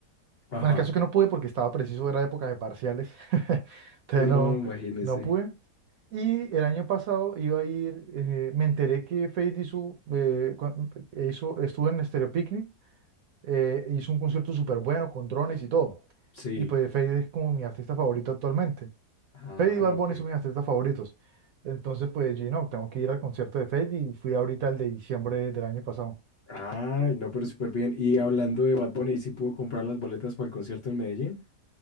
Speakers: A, on the left (about 50°); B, on the right (about 65°).
A: Ajá.
B: Bueno, el caso es que no pude porque estaba preciso, era época de parciales, <laughs> entonces
A: No,
B: no,
A: imagínese.
B: no pude. Y el año pasado iba a ir, eh, me enteré que Feid hizo, eh, cu- hizo, estuvo en Stereo Picnic, eh, hizo un concierto súper bueno con drones y todo.
A: Sí.
B: Y pues Feid es como mi artista favorito actualmente.
A: Ah,
B: Fade y Bad Bunny
A: ok.
B: son mis artistas favoritos. Entonces, pues, yo no, tengo que ir al concierto de Fade y fui ahorita el de diciembre del año pasado.
A: Ah, no, pero súper bien. Y hablando de Bad Bunny, ¿sí pudo comprar las boletas para el concierto en Medellín?